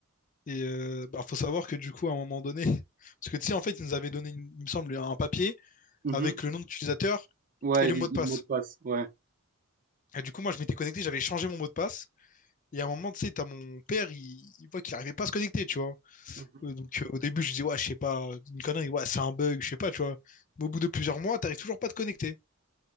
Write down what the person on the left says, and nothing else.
Et euh, bah, faut savoir que du coup, à un moment donné, <laughs> parce que tu sais, en fait, ils nous avaient donné, une- il me semble, un papier
avec le nom d'utilisateur
et le
mot de
passe.
Et du coup, moi, je m'étais connecté, j'avais changé mon mot de passe. Et à un moment, tu sais, t'as mon père, il, il voit qu'il arrivait pas à se connecter, tu vois.
Euh, Donc, euh, au début, je dis, ouais, je sais pas, une connerie, ouais, c'est un bug, je sais pas, tu vois. Mais au bout de plusieurs mois, t'arrives toujours pas à te connecter.